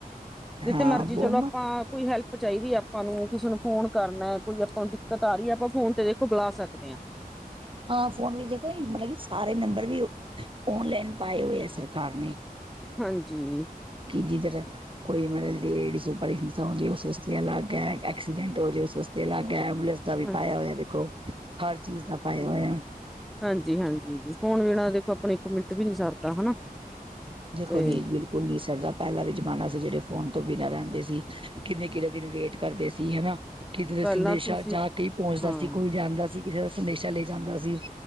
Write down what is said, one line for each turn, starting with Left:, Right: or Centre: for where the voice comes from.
Centre: ਜਿੱਥੇ
Right: ਹਾਂ
Centre: ਮਰਜੀ
Right: ਵੋ
Centre: ਚਲੋ ਆਪਾਂ, ਕੋਈ ਹੈਲਪ ਚਾਹੀਦੀ। ਸਾਨੂੰ ਕਿਸੇ ਨੂੰ, ਫੋਨ ਕਰਨਾ ਕੋਈ ਆਪਾਂ ਨੂੰ, ਦਿੱਕਤ ਆ ਰਹੀ ਹੈ। ਆਪਾਂ ਫੋਨ ਤੇ ਦੇਖੋ ਬੁਲਾ ਸਕਦੇ ਹਾਂ।
Right: ਹਾਂ, ਫੋਨ ਵਿੱਚ, ਜ ਮਤਲਬ ਕਿ ਸਾਰੇ ਨੰਬਰ ਵੀ, ਓਨਲਾਈਨ ਪਾਏ ਹੋਏ, ਆ ਸਰਕਾਰ ਨੇ।
Centre: ਹਾਂਜੀ।
Right: ਸਿਧੀ ਤਰਾਂ ਰੱਖ। ਕੋਈ ਮਤਲਬਪ ਲੇਡੀ ਓਪਰ, ਹਿੰਸਾ ਹੋ ਜਾਏ। ਉਹ ਵਸਤੇ ਅਲੱਗ ਹੈ। ਐਕਸੀਡੈਂਟ ਹੋ ਜਾਵੇ, ਉਹ ਵਸਤੇ ਅਲੱਗ ਹੈ। ਐਬੂਲੈਂਸ ਦਾ ਵੀ
Centre: ਹਾਂ
Right: ਪਾਇਆ ਹੋਇਆ ਦੇਖੋ ਹਰ ਚੀਜ਼ ਦਾ ਪਾਇਆ ਹੋਇਆ
Centre: ਹਾਂਜੀ ਹਾਂਜੀ ਫੋਨ ਵੇਨਾਂ ਦੇਖੋ ਆਪਣਾ ਇੱਕ ਮਿੰਟ ਵੀ ਨਹੀਂ ਸਰਦਾ ਹਨਾ।
Right: ਦੇਖੋ
Centre: ਤੇ
Right: ਨੀ ਬਿਲਕੁਲ ਨੀ ਸਰਦਾ। ਪਹਿਲਾਂ ਵੀ ਜ਼ਮਾਨਾ ਸੀ ਜਿਹੜੇ ਫੋਨ ਤੋਂ ਬਿਨਾਂ ਰਹਿੰਦੇ ਸੀ, ਕਿੰਨੇ ਕਿਹੜੇ ਦਿਨ ਵੇਟ ਕਰਦੇ ਸੀ ਹਨਾ। ਕਿਤੇ ਦੇ
Centre: ਪਹਿਲਾਂ
Right: ਸੰਦੇਸ਼ਾ
Centre: ਤੁਸੀਂ
Right: ਜਾਂ ਕੋਈ ਪਹੁੰਚਦਾ
Centre: ਹਾਂ
Right: ਸੀ ਕੋਈ ਜਾਂਦਾ ਸੀ ਕਿਸੇ ਦਾ ਸੰਦੇਸ਼ਾ ਲੈ ਜਾਂਦਾ ਸੀ।